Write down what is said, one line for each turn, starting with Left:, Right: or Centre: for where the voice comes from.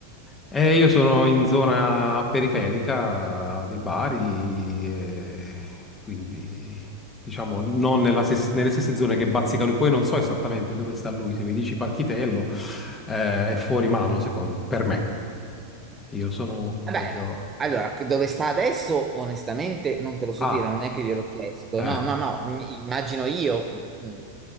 Left: Eh, io sono in zona periferica di Bari, e quindi diciamo non nella stes- nelle stesse zone che bazzica lui. Poi non so esattamente dove sta lui, se mi dici Parchitello, eh, è fuori mano secon- per me. Io sono
Right: Vabbè,
Left: proprio...
Right: allora, dove sta adesso, onestamente, non te lo so
Left: Ah,
Right: dire, non è che gliel'ho chiesto.
Left: eh.
Right: No, no, no, mi- immagino io mm,